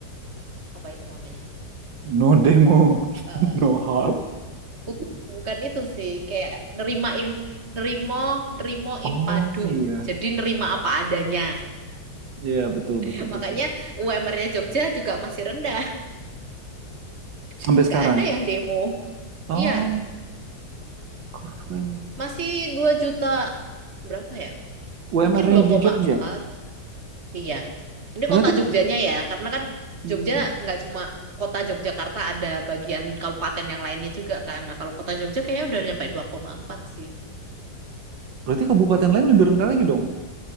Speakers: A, on the right; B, on the right.
A: apa itu namanya?
B: No demo,
A: Eh,
B: <laughs> no harm.
A: bu- bukan itu sih, kayak nerimain nerimo nerimo
B: Oh
A: impadum.
B: iya,
A: Jadi nerima apa adanya.
B: iya betul
A: <laughs>
B: betul
A: Makanya
B: betul.
A: UMR-nya Jogja juga masih rendah. <laughs>
B: Sampai
A: Nggak
B: sekarang.
A: ada yang demo.
B: Oh
A: Iya,
B: keren.
A: masih 2 juta berapa ya?
B: UMR-nya
A: Mungkin dua
B: di
A: koma
B: Jogja.
A: empat, Iya. Ini
B: Berarti
A: kota Jogjanya ya, karena kan
B: hmm,
A: Jogja nggak cuma kota Yogyakarta ada bagian kabupaten yang lainnya juga kan. Nah, kalau kota Jogja kayaknya udah nyampe dua koma empat sih.
B: berarti kabupaten lain lebih rendah lagi dong.